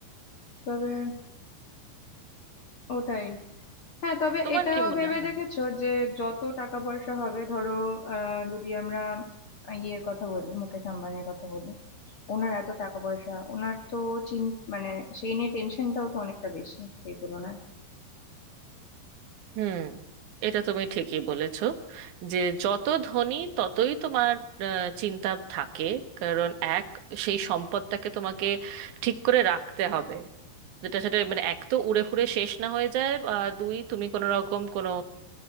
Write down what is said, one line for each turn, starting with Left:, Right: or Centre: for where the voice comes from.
Left: তবে ওটাই হ্যাঁ তবে
Right: তোমার
Left: এটাও
Right: কি মনে
Left: ভেবে
Right: হয়
Left: দেখেছো যে যত টাকা পয়সা হবে ধরো আহ যদি আমরা ইয়ের কথা বলি মুকেশ আম্বানির কথা বলি ওনার এত টাকা পয়সা ওনার তো চিন মানে সেই নিয়ে টেনশনটাও তো অনেকটা বেশি সেই তুলনায়
Right: হুম এটা তুমি ঠিকই বলেছো যে যত ধনী ততই তোমার আহ, চিন্তা থাকে কারণ এক সেই সম্পদটাকে তোমাকে ঠিক করে রাখতে হবে যেটা সেটা মানে এক তো উড়ে ফুড়ে শেষ না হয়ে যায় বা দুই তুমি কোনো রকম কোনো